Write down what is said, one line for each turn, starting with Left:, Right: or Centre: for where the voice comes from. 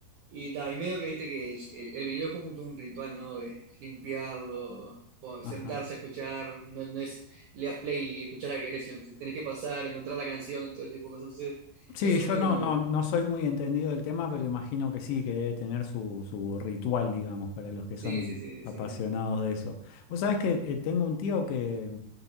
Right: Y, ta, y medio que viste que es- el, el vinilo es como todo un ritual, ¿no? De limpiarlo, po-
Left: Ajá.
Right: sentarse a escuchar, no, no es le das play y escuchar a que querés, sino te- tenés que pasar, encontrar la canción, todo tipo de cosas. Entonces,
Left: Sí,
Right: eso
Left: yo
Right: es medio
Left: no,
Right: como.
Left: no,
Right: que-
Left: no soy muy entendido del tema, pero imagino que sí, que debe tener su, su ritual, digamos, para los que
Right: Sí,
Left: son
Right: sí, sí,
Left: apasionados
Right: sí, sí, sí.
Left: de eso. Vos sabés que eh, tengo un tío que